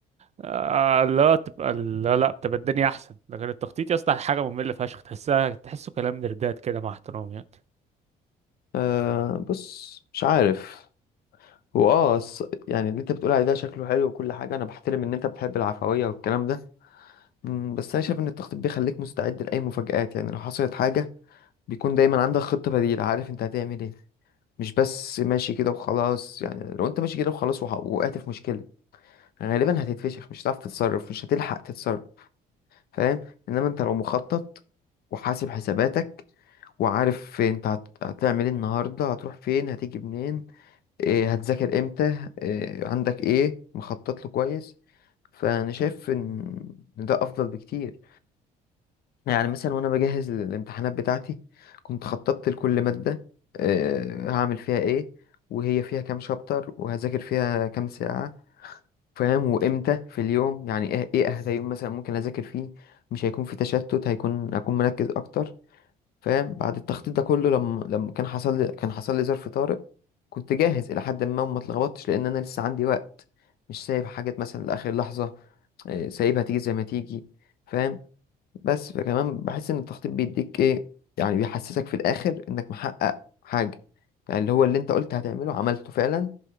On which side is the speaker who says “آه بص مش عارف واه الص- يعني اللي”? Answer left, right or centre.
Left